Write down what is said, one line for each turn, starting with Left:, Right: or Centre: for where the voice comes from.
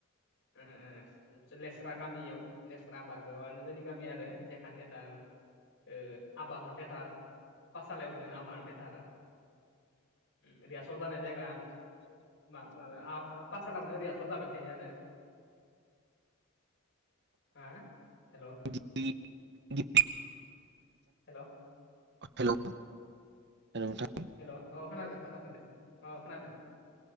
Left: उम उम लेस्रा गामियाव लेस्रा बारबोबानो जोंनि गामिया आरो सेखानि थियेटार ओ आबाह हनो थियाेटार पाठसालायावदों आबाहन थियेटार रियासल जानाय जायगा मा माबाया पाठसालावनो रियासल जाबाय थायो आरो हो हेल'
Right: <unintelligible> हेल'
Left: हेल'
Right: हेल' नोंथां
Left: हेल' औ खोनादों खोनादों दे अ खोनादों